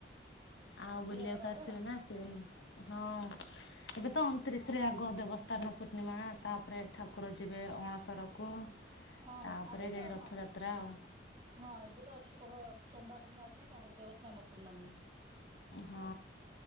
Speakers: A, on the left (about 80°); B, on the right (about 30°).
A: ଆଉ
B: ରଥଯାତ୍ରା
A: ବୁଲିବାକୁ ଆସିବେ
B: ପରା
A: ନା ଆସିବେନି ହଁ ଏବେ ତ ଅଣତିରିଶ ରେ ଆଗ ଦେବସ୍ଥାନ ପୂର୍ଣ୍ଣିମା ତାପରେ ଠାକୁର ଯିବେ ଅଣସରକୁ।
B: ହଁ
A: ତାପରେ
B: ଆଗେ
A: ଯାଇ
B: ତ
A: ରଥଯାତ୍ରା
B: ହଁ
A: ଆଉ
B: ହଁ ଏବେ ତ ଅଛି ପହ ସୋମବାର ଦିନ ଅଛି ତାଙ୍କର ଦେବସ୍ନାନ ପୂର୍ଣ୍ଣମୀ।
A: ହଁ।